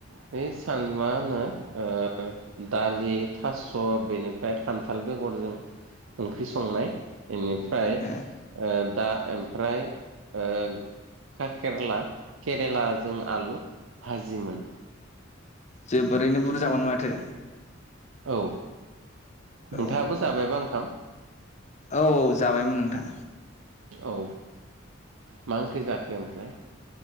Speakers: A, on the right (about 80°); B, on the left (about 35°).
A: बे सान मा होनो ओ दालि थास' बेनिफ्राय खान्थाल बेगरजों ओंख्रि संनाय बेनिफ्राय
B: ए
A: दा ओमफ्राय ओ काकेरला केरेलाजों आलु भाजिमोन
B: जोबोरैनो बुरजामोन माथो
A: औ नोंथाङाबो
B: औ
A: जाबायबा ओंखाम
B: औ औ जाबायमोन नोंथां
A: औ मा ओंख्रि जाखो ओमफ्राय?